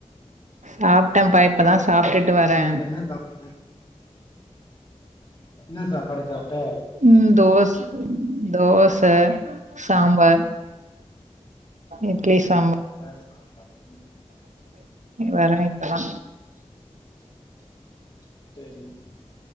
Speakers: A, on the right (about 85°); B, on the left (about 45°).
A: சாப்ட்டேப்பா
B: ம்
A: இப்பதா சாப்ட்டுட்டு வரே
B: சொல்லு என்ன சாப்பாடு என்ன சாப்பாடு சாப்ட்ட
A: ம் தோச் தோச சாம்பார் இட்லி சாம்பா
B: இப்ப தா சாப்ட்டோ
A: <inaudible> வரா இப்பதா
B: சேரி